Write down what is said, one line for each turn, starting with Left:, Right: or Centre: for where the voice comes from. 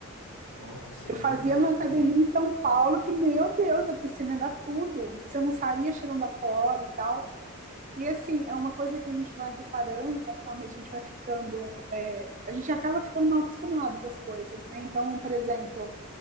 Left: ó, essa
Right: Eu
Left: aí é
Right: fazia
Left: novidade
Right: numa
Left: pra
Right: academia
Left: mim.
Right: em São Paulo que, meu Deus, a piscina era tudo. Você não saía cheirando a cloro e tal. E assim, é uma coisa que a gente vai reparando conforme a gente vai ficando. é, a gente acaba ficando mal acostumado com as coisas, né? Então, por exemplo,